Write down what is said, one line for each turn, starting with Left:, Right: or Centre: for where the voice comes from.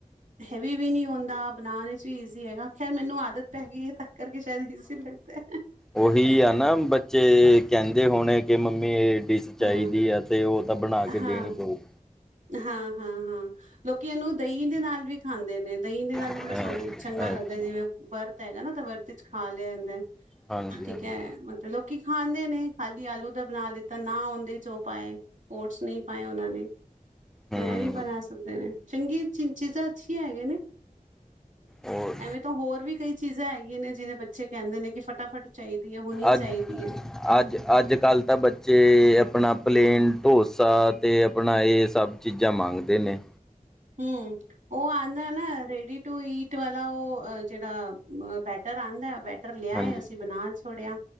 Right: ਹੈਵੀ ਵੀ ਨੀ ਹੁੰਦਾ, ਬਨਾਨ ਇਚ ਵੀ ਈਜ਼ੀ ਹੈਗਾ, ਖੈਰ ਮੈਨੂੰ ਆਦਤ ਪੈ ਗੀ ਹੈ ਤਾਂ ਕਰਕੇ ਸ਼ਾਇਦ ਇਜ਼ੀ ਲੱਗਦੈ।
Centre: ਓਹੀ ਆ ਨਾ ਬੱਚੇ ਕੈਂਦੇ ਹੋਣੇ ਕਿ ਮੰਮੀ ਐ ਡਿਸ਼ ਚਾਈਦੀ
Right: ਹਾਂ
Centre: ਤੇ ਓ ਤਾਂ ਬਣਾ ਕੇ ਦੇਣੀ
Right: ਹਾਂ
Centre: ਪਊ।
Right: ਹਾਂ, ਹਾਂ, ਹਾਂ। ਲੋਕੀ ਏਨੂੰ ਦਈ ਦੇ ਨਾਲ ਵੀ ਖਾਂਦੇ ਨੇ, ਦਹੀਂ ਦੇ ਨਾਲ ਵੀ
Centre: ਅ
Right: ਬੜਾ ਸੋਣਾ
Centre: ਅੱਛਾ
Right: ਚੰਗਾ ਲੱਗਦਾ ਐ ਜਿਵੇਂ ਬਰਤ ਤ ਹੈਗਾ ਨਾ ਤਾਂ ਵਰਤ 'ਚ ਖਾ ਲੈਂਦੈਨ
Centre: ਹਾਂਜੀ
Right: ਠੀਕ
Centre: ਹਾਂਜੀ
Right: ਐ ਮਤਲਬ ਕੀ ਖਾਂਦੇ ਨੇ ਖਾਲੀ ਆਲੂ ਦਾ ਬਨਾ ਲੀਤਾ, ਨਾ ਓਂਦੇ 'ਚ ਓ ਪਾਏ ਓਟਸ ਨਈ ਪਾਏ ਓਨਾਂ ਨੇ। ਤਾਂ
Centre: ਹਮ
Right: ਐਵੇ ਵੀਂ ਬਨਾ ਸਕਦੇ ਨੇ, ਚੰਗੀ ਚੀ-ਚੀਜ਼ਾਂ ਅੱਛੀਆਂ ਹੈਗੀਆਂ ਨੇ।
Centre: ਹੋਰ
Right: ਐਵੇਂ ਤੋਂ ਹੋਰ ਵੀ ਕਈ ਚੀਜ਼ਾਂ ਹੈਗੀਆਂ ਨੇ ਜਿਵੇਂ ਬੱਚੇ ਕਹਿੰਦੇ ਨੇ ਕਿ ਫਟਾਫਟ ਚਾਹੀਦੀ ਐ ਹੋਣੀ
Centre: ਅੱਜ
Right: ਚਾਹੀਦੀ ਐ।
Centre: ਅੱਜ ਅੱਜ-ਕੱਲ੍ਹ ਤਾਂ ਬੱਚੇ ਆਪਣਾ ਪਲੇਨ ਢੋਸਾ ਤੇ ਆਪਣਾ ਇਹ ਸਭ ਚੀਜ਼ਾਂ ਮੰਗਦੇ ਨੇ।
Right: ਹੂੰ, ਉਹ ਆਦਾ ਨਾ ਰੇਡੀ ਟੂ ਈਟ ਵਾਲਾ ਉਹ ਜਿਹੜਾ ਬੈਟਰ ਆਦਾ ਬ ਲਿਆ
Centre: ਹਾਂਜੀ
Right: ਅਸੀਂ ਬਣਾ ਛੋੜਿਆ,